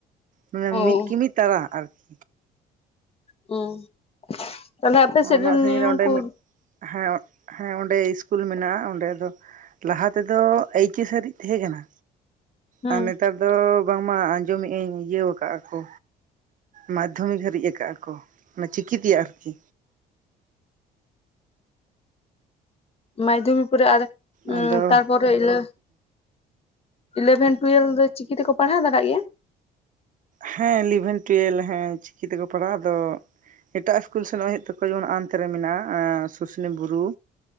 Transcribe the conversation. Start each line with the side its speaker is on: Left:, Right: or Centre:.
Right: ᱢᱟᱱᱮ
Left: ᱚ
Right: ᱢᱤᱫ ᱠᱤᱢᱤ ᱛᱟᱨᱟ ᱟᱨᱠᱤ᱾
Left: ᱦᱩᱸ ᱛᱟᱞᱦᱮ ᱟᱯᱮ ᱥᱮᱜ
Right: ᱚᱱᱟ
Left: ᱨᱮᱱ
Right: ᱥᱟᱺᱜᱤᱧ
Left: ᱱᱮᱭᱚᱢ
Right: ᱨᱮ ᱚᱸᱰᱮ
Left: ᱠᱚ
Right: ᱢᱤᱫ ᱦᱮᱸ ᱦᱮᱸ ᱚᱸᱰᱮ ᱤᱥᱠᱩᱞ ᱢᱮᱱᱟᱜᱼᱟ ᱚᱸᱰᱮ ᱫᱚ ᱞᱟᱦᱟ ᱛᱮᱫᱚ ᱟᱹᱭᱠᱤᱥ ᱥᱟᱹᱨᱤᱡ ᱛᱟᱦᱮᱸ ᱠᱟᱱᱟ᱾
Left: ᱦᱮᱸ
Right: ᱟᱨ ᱱᱮᱛᱟᱨ ᱫᱚ ᱵᱟᱝᱢᱟ ᱟᱸᱡᱚᱢᱮᱜ ᱟᱹᱧ ᱤᱭᱟᱹ ᱣᱟᱠᱟᱜᱼᱟ ᱠᱚ᱾ ᱢᱟᱫᱽᱫᱷᱚᱢᱤᱠ ᱦᱟᱹᱨᱤᱡ ᱟᱠᱟᱫᱼᱟ ᱠᱚ ᱚᱱᱟ ᱪᱤᱠᱤᱛᱮᱭᱟᱜ ᱟᱨᱠᱤ᱾
Left: ᱢᱟᱭᱫᱷᱚᱢᱤ ᱯᱚᱨᱮ ᱟᱨ
Right: ᱟᱫᱚ
Left: ᱛᱟᱨᱯᱚᱨᱮ ᱤᱞᱟᱹ ᱤᱞᱮᱵᱷᱮᱱ ᱴᱩᱭᱮᱞ ᱫᱚ ᱪᱤᱠᱤ ᱛᱮᱠᱚ ᱯᱟᱲᱦᱟᱣ ᱫᱟᱲᱟᱜ ᱜᱮᱭᱟ?
Right: ᱦᱮᱸ ᱤᱞᱤᱵᱷᱮᱱ ᱴᱩᱭᱮᱞ ᱦᱮᱸ ᱪᱤᱠᱤ ᱛᱮᱠᱚ ᱯᱟᱲᱦᱟᱜ ᱟᱫᱚ ᱮᱴᱟᱜ ᱤᱥᱠᱩᱞ ᱥᱮᱱᱚᱜ ᱦᱩᱭᱩᱜ ᱛᱟᱠᱚᱣᱟ ᱡᱮᱢᱚᱱ ᱱᱟᱜ-ᱟᱭ ᱱᱟᱱᱛᱮᱨᱮ ᱢᱮᱱᱟᱜ-ᱟ, ᱥᱩᱥᱱᱤ ᱵᱩᱨᱩ᱾